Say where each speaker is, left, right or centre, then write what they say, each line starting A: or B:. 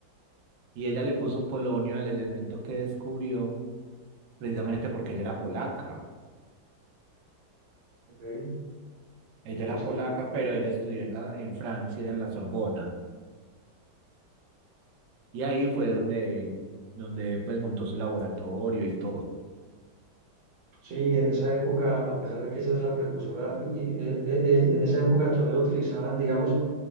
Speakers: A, on the right; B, on the right.
A: Y ella le puso polonio al elemento que descubrió, precisamente porque ella era polaca.
B: Ok,
A: Ella
B: Interesante.
A: era polaca, pero ella estudió en la, en Francia, en la Sorbona. Y ahí
B: Sí,
A: fue donde, donde pues montó su laboratorio y todo.
B: sí, en esa época, a pesar de que esa es la precursora, y, eh, eh, eh, en esa época todavía utilizaban, digamos,